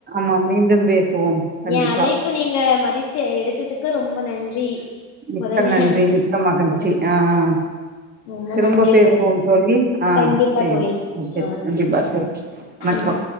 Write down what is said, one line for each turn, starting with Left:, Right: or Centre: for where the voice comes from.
Right: நாம் மீண்டும் பேசுவோம் கண்டிப்பா
Left: என் அழைப்ப நீங்க மதிச்சு எடுத்ததுக்கு ரொம்ப நன்றி
Right: மிக்க
Left: முதல்ல
Right: நன்றி மிக்க மகிழ்ச்சி
Left: ம்
Right: ஆ ஆ
Left: ரொம்ப
Right: திரும்ப
Left: நன்றி
Right: பேசுவோம்
Left: தோழி
Right: ஆ
Left: கண்டிப்பா
Right: சேரி
Left: தோழி
Right: ஓகே
Left: அ
Right: கண்டிப்பா தோழி வணக்கம்
Left: ம்